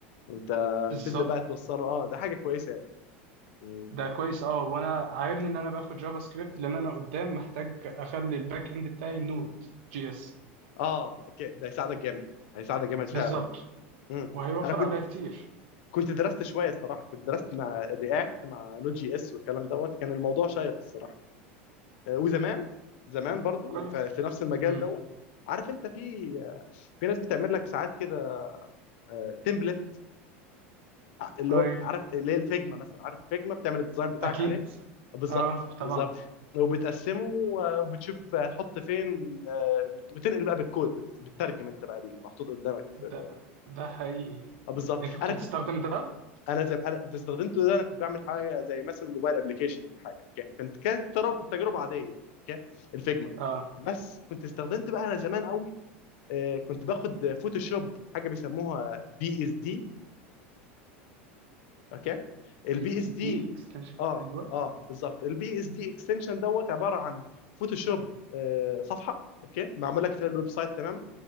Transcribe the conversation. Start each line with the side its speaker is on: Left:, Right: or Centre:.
Left: انت
Right: بالظبط
Left: تبدا بقى توصله اه ده حاجه كويسه يعني يعني-
Right: ده كويس اه وانا عاجبني ان انا باخد جافا سكريبت لان انا قدام محتاج اخلي الباك اند بتاعي نود جي اس
Left: اه اوكي ده هيساعدك جامد هيساعدك جامد فعلا
Right: بالظبط
Left: يعني امم
Right: وهيوفر
Left: انا كنت
Right: عليا كتير
Left: كنت درست شويه الصراحه كنت درست مع الرياكت مع نوت جي اس والكلام دوت كان الموضوع شيق الصراحه آه، وزمان زمان برضو
Right: كويس
Left: ف- في نفس المجال
Right: امم
Left: دوت عارف انت في آه، في ناس بتعمل لك ساعات كده تمبلت اللي
Right: ايوه
Left: هو عارف اللي هي الفيجما مثلا عارف الفيجما بتعمل الديزاين بتاعك
Right: اكيد
Left: عليه بالظبط
Right: اه طبعا
Left: بالظبط وبتقسمه آه، وبتشوف هتحط فين آه، وت- وتنقل بقى بالكود بت- بتترجم انت بقى المحطوط قدامك في
Right: ده ده حقيقي
Left: اه بالظبط
Right: انت كنت
Left: انا
Right: بتستخدم
Left: كنت
Right: ده
Left: انا زي انا انت استخدمته ده انا كنت بعمل حاجه زي مثلا موبايل ابلكيشن ولا حاجه اوكي كانت كانت ترو- تجربه عاديه يعني. اوكي الفيجما
Right: اه
Left: بس كنت استخدمت بقى انا زمان قوي آه، كنت باخد فوتوشوب حاجه بيسموها بي اس دي اوكي البي
Right: في
Left: اس
Right: سي
Left: دي
Right: اكستنشن
Left: اه
Right: ايوه
Left: اه بالظبط البي اس دي اكستنشن دوت عباره عن فوتوشوب آه صفحه اوكي معمول لك فيها الويب سايت تماما